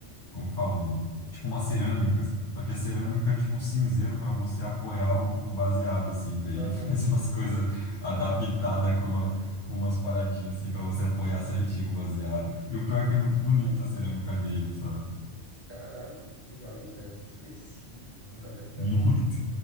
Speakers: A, on the left; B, on the left.
A: Como que fala? Um, tipo, umas cerâmicas. Só que a cerâmica é tipo cinzeiro pra você apoiar o, o baseado, assim. Daí
B: Ai,
A: ele <laughs> faz
B: meu
A: umas coisas
B: Deus do céu,
A: adaptadas
B: muito bom.
A: com uma. Com umas paradinhas assim pra você apoiar certinho o baseado. E o pior é que é muito bonito
B: Engraçado.
A: a cerâmica dele, sabe?
B: Caralho, que demais, velho. Que específico, <laughs> na
A: <laughs>
B: verdade,
A: Muito.
B: né?